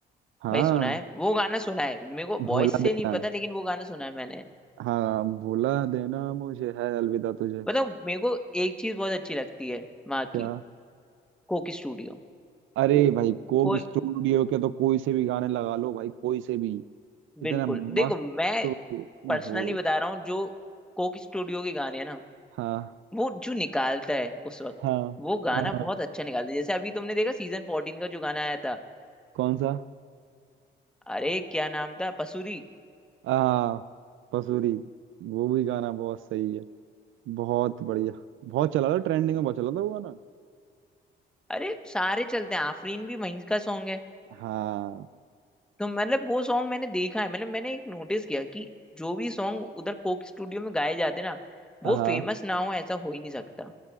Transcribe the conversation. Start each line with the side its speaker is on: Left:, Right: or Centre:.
Right: हाँ
Centre: भाई सुना है वो गाना सुना है मेरे को
Right: भुला
Centre: वॉइस से
Right: देना
Centre: नहीं पता लेकिन वो गाना सुना है मैंने
Right: हाँ भुला देना मुझे है अलविदा तुझे
Centre: बताओ मेरे को एक चीज बहुत अच्छी लगती है वहाँ
Right: क्या
Centre: की कोकी स्टूडियो
Right: अरे भाई कोक
Centre: कोई
Right: स्टूडियो के तो कोई से भी गाने लगा लो भाई कोई से भी इतना
Centre: बिल्कुल
Right: मस्त
Centre: देखो मैं
Right: हो
Centre: पर्सनली बता रहा हूँ जो कोकी स्टूडियो के गाने हैं ना
Right: हाँ
Centre: वो जो निकालता है उस वक्त
Right: हाँ
Centre: वो गाना
Right: हाँ हाँ
Centre: बहुत अच्छा निकालता है जैसे अभी तुमने देखा सीजन फोर्टीन का जो गाना आया था
Right: कौन सा
Centre: अरे क्या नाम था पसूरी
Right: आ पसूरी वो भी गाना बहुत सही है बहुत बढ़िया बहुत चला था ट्रेंडिंग में बहुत चला था वो गाना
Centre: अरे सारे चलते हैं आफरीन भी वहीं का सॉन्ग है
Right: हाँ
Centre: तो मतलब वो सॉन्ग मैंने देखा है मतलब मैंने एक नोटिस किया कि जो भी सॉन्ग उधर कोक स्टूडियो में गाए जाते ना वो
Right: हाँ
Centre: फेमस ना हो ऐसा हो ही नहीं सकता